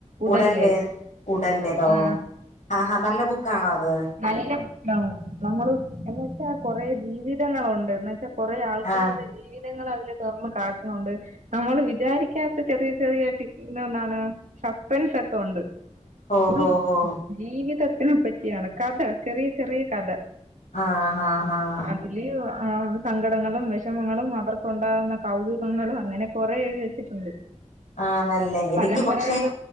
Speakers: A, on the right (about 85°); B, on the left (about 85°).
A: ഉടൽവേദം
B: ഉടൽ വേ ഉടൽ വേതോ
A: ആഹ്
B: ആഹാ നല്ല ബുക്കാണോ അത്
A: നല്ല ബുക്കാണ് നമ്മള് എന്നുവെച്ചാ കൊറെ ജീവിതങ്ങളുണ്ട് എന്നു വെച്ചാ കുറെ ആൾക്കാരുടെ
B: ആ
A: ജീവിതങ്ങള് അതില് തുറന്ന് കാട്ടണുണ്ട് നമ്മൾ വിചാരിക്കാത്ത ചെറിയ ചെറിയായിട്ട് <unintelligible> കണ്ടാണ് സസ്പെൻസ് ഒക്കെ ഉണ്ട്
B: ഹോ
A: ഫുൾ
B: ഹോ ഹോ
A: ജീവിതത്തിനെ പറ്റിയാണ് കഥ ചെറിയ ചെറിയ കഥ
B: ആഹ് ആഹ് ആഹ്
A: ഇതില് സങ്കടങ്ങളും വിഷമങ്ങളും അവർക്കുണ്ടാകുന്ന കൗതുകങ്ങളും അങ്ങനെ കൊറെ എഴുതി വെച്ചിട്ടുണ്ട്
B: ആ നല്ലേ എനിക്ക്
A: പരമ്പരാഗത
B: പക്ഷെ